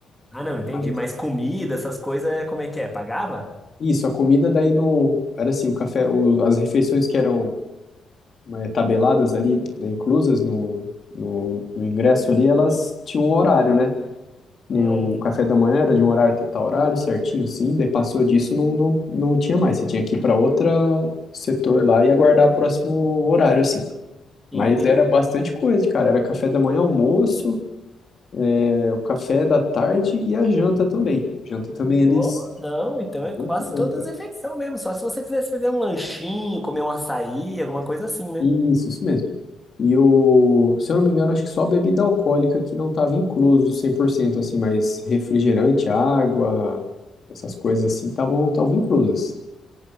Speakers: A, in the centre; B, on the left (about 35°).
A: Ah, não, entendi.
B: Mas
A: Mas comida, essas coisas, como é que é? Pagava?
B: isso, a comida daí no era assim, o café, o- as refeições que eram né, tabeladas ali, né, inclusas no, no, no ingresso ali, elas tinham um horário, né? Nem
A: Ah,
B: o café da manhã era de um horário até tal horário, certinho, sim. Daí passou disso, não, não, não tinha mais. Você tinha que ir para outro setor lá e aguardar o próximo horário, assim.
A: entendi.
B: Mas era bastante coisa, cara. Era café da manhã, almoço, é, o café da tarde e a janta também. Janta também eles.
A: Oh, não, então é quase
B: Muito bom,
A: todas
B: cara.
A: as refeições mesmo. Só se você quisesse fazer um lanchinho, comer um açaí, alguma coisa assim, né?
B: Isso, isso mesmo. E o, se eu não me engano, acho que só a bebida alcoólica que não estava incluso 100% assim, mas refrigerante, água, essas coisas assim, estavam estavam inclusas.